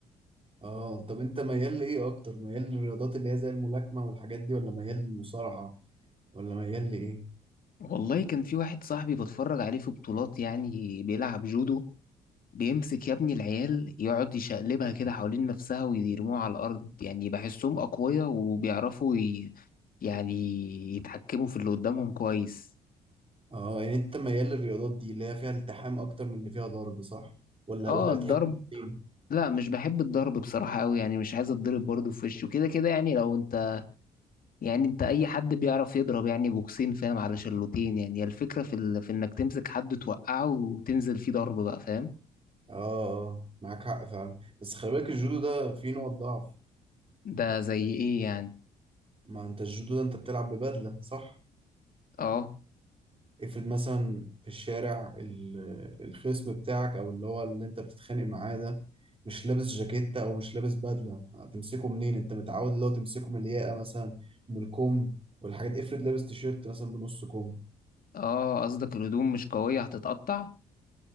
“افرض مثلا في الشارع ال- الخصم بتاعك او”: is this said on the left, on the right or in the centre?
Right